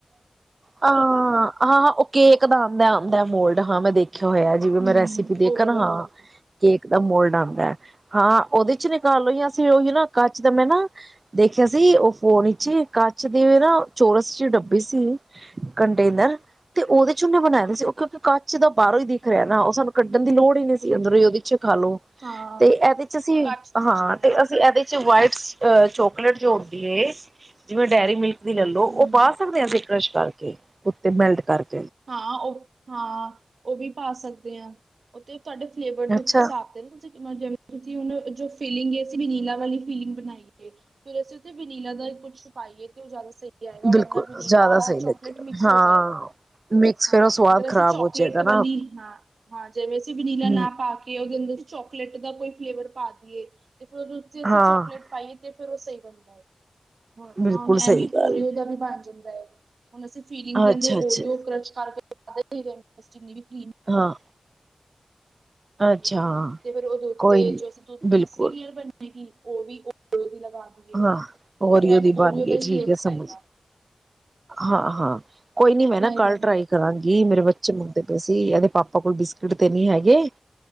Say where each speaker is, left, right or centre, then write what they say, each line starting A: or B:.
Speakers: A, on the right; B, on the right.
A: ਹਾਂ-ਹਾਂ-ਹਾਂ, ਉਹ ਕੇਕ ਦਾ ਆਦਾ-ਆਦਾ ਮੋਲ ਹਾਂ ਮੈਂ ਦੇਖਿਆ। ਦੇਖਿਆ ਹੋਇਆ ਜਿਵੇਂ ਮੈਂ
B: ਹਮ
A: ਰੈਸਿਪੀ ਦੇਖ
B: ਉਹ ਵਾਲਾ
A: ਨਾ ਹਾਂ,
B: ਉਹ
A: ਕੇਕ ਦਾ ਮੋਡ ਆ ਹਾਂ, ਉਹਦੇ ਚ ਨਿਕਾਲ ਲੌ ਜਾਂ ਉਹ ਨਾ ਕੱਚ ਦਾ ਮੈਂ ਨਾ ਦੇਖਿਆ ਸੀ, ਉਹ ਫੋਨ ਵਿਚ ਕੱਚ ਦੇ ਨਾ ਚੋਰਸ ਚ ਡੱਬ ਸੀ ਕੰਟੇਨਰ ਤੇ ਉਹਦੇ ਚ ਉਹਨੇ ਬਣਾਏ ਦੇ ਸੀ, ਉਹ ਕਿਉਂਕਿ ਕੱਚ ਦਾ ਬਾਹਰੋਂ ਹੀ ਦਿਖ ਰਿਹਾ, ਨਾ ਉਹ ਸਾਨੂੰ ਕੱਢਣ ਦੀ ਲੋੜ ਹੀ ਨਹੀਂ ਸੀ, ਅੰਦਰੋਂ ਹੀ ਉਹਦੇ ਚ ਖਾਲੋ
B: ਹਾਂ
A: ਤੇ ਇਹਦੇ ਚ ਅਸੀਂ
B: ਕੱਚ
A: ਹਾਂ,
B: ਚ ਬਣਾ
A: ਤੇ
B: ਸਕਦੇ
A: ਅਸੀਂ ਇਹਦੇ ਚ ਵਾਈਟਸ ਅ ਚੋਕਲੇਟ ਜੋੜਦੀ ਹੈ, ਜਿਵੇਂ ਡੇਅਰੀ ਮਿਲਕ ਵੀ ਲੈ ਲੋ ਉਹ
B: ਹਮ
A: <unintelligible> ਉੱਤੇ ਮੈਲਟ ਕਰਕੇ
B: ਹਾਂ, ਉਹ ਹਾਂ, ਉਹ ਵੀ ਪਾ ਸਕਦੇ ਹਾਂ, ਉਹ ਤੇ ਤੁਹਾਡੇ ਫਲੇਵਰ ਦੇ
A: ਅੱਛਾ
B: ਉੱਤੇ ਸਾਬ ਦੇ ਨੇ ਜਿਵੇ ਤੁਸੀਂ ਜੋ ਫੀਲਿੰਗ ਅਸੀਂ ਵਿਨੀਲਾ ਵਾਲੀ ਫੀਲਿੰਗ ਬਣਾਈ ਏ, ਤੇ ਅਸੀ ਉੇਹ ਦੇ ਚ ਵਿਨੀਲਾ ਦਾ ਕੁੱਛ ਪਾਈਏ ਤੇ ਉਹ ਜ਼ਿਆਦਾ ਸਹੀ ਜਾਏਗਾ
A: ਬਿਲਕੁਲ
B: ਵਰਨਾ ਵਨੀਲਾ
A: ਜ਼ਿਆਦਾ
B: ਔਰ
A: ਸਹੀ
B: ਚੌਕਲੇਟ
A: ਲੱਗੇ
B: ਮਿਕਸ
A: ਹਾਂ
B: ਹੋ ਜਾਏਗਾ।
A: ਮਿਕਸ
B: ਹਾਂ,
A: ਫੇਰ ਉਹ ਸਵਾਦ
B: ਅਗਰ ਅਸੀਂ
A: ਖ਼ਰਾਬ
B: ਚੋਕਲੇਟ
A: ਹੋ ਜਾਏਗਾ
B: ਵਾਲੀ
A: ਨਾ
B: ਹਾਂ, ਹਾਂ ਜਿਵੇਂ ਅਸੀਂ ਵਨੀਲਾ
A: ਹਮ
B: ਨਾ ਪਾ ਕੇ ਉਹਦੇ ਅੰਦਰ ਚੋਕਲੇਟ ਦਾ ਕੋਈ ਫਲੇਵਰ ਪਾ ਦੀਈਏ। ਤੇ ਫਿਰ ਉਹਦੇ ਉੱਤੇ ਅਸੀਂ
A: ਹਾਂ
B: ਚੋਕਲੇਟ ਪਾਈਏ ਤੇ ਫਿਰ ਉਹ ਸਹੀ ਬਣਦਾ ਏ। ਹੋ
A: ਬਿਲਕੁਲ ਸਹੀ
B: ਐਵੇ
A: ਗੱਲ
B: ਓਰੀਓ ਦਾ ਬਣ ਜੇ <unintelligible> ਹੁਣ ਅਸੀਂ ਫੀਲਿੰਗ ਦੇ
A: ਅੱਛਾ
B: ਅੰਦਰ
A: ਅੱਛਾ
B: ਓਰਿਓ ਕਰਕੇ <inaudible> ਅਸੀ ਚੀਨੀ ਵੀ ਕਰੀਮ
A: ਹਾਂ।
B: ਬਣਾਈ
A: ਅੱਛਾ ਹਾਂ
B: ਤੇ ਫਿਰ ਉਹਦੇ ਉੱਤੇ
A: ਕੋਈ ਨੀ
B: ਤੀਸਰੀ
A: ਬਿਲਕੁਲ
B: ਲੇਅਰ ਬਣੀ। ਉਹ ਵੀ ਲਗਾ ਦਈਏ।
A: ਹਾਂ ਹੋਰ ਓਰੇਓ
B: ਫਿਰ ਐਵੇਂ
A: ਦੀ
B: ਓਰੀਓ
A: ਬਣ ਗਈ
B: ਦਾ ਹੀ
A: ਠੀਕ
B: ਫਲੇਵਰ
A: ਹੈ, ਸਮਝ
B: ਆਏਗਾ
A: ਹਾਂ ਹਾਂ। ਕੋਈ ਨੀ ਮੈਂ
B: ਐਵੇਂ ਬਣਾਈ
A: ਨਾ
B: ਦਾ
A: ਕੱਲ
B: ਹੁੰਦਾ
A: ਟਰਾਈ ਕਰਾਂਗੀ, ਮੇਰੇ ਬੱਚੇ ਬੱਚੇ ਮੰਗਦੇ ਪਏ ਸੀ, ਇਹਦੇ ਪਾਪਾ ਕੋਲ ਬਿਸਕਿਟ ਤੇ ਨੀ ਹੈਗੇ